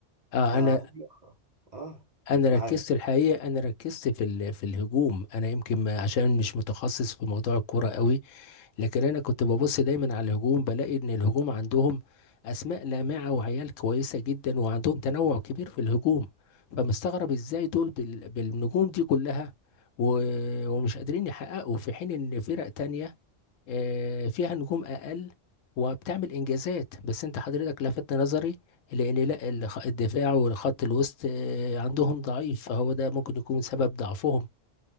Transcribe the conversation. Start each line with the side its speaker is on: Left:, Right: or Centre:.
Left: اه
Right: فهم
Left: انا
Right: اه
Left: انا
Right: معاك
Left: ركزت الحقيقه انا ركزت في ال- في الهجوم انا يمكن ما- عشان مش متخصص في موضوع الكوره قوي لكن انا كنت ببص دايما على الهجوم بلاقي ان الهجوم عندهم اسماء لامعه وعيال كويسه جدا وعندهم تنوع كبير في الهجوم فمستغرب ازاي دول بال... بالنجوم دي كلها و... ومش قادرين يحققوا في حين ان فرق تانية آه، فيها نجوم اقل وبتعمل انجازات بس انت حضرتك لفت نظري لان لا الخ- الدفاع والخط الوسط آه، عندهم ضعيف فهو ده ممكن يكون سبب ضعفهم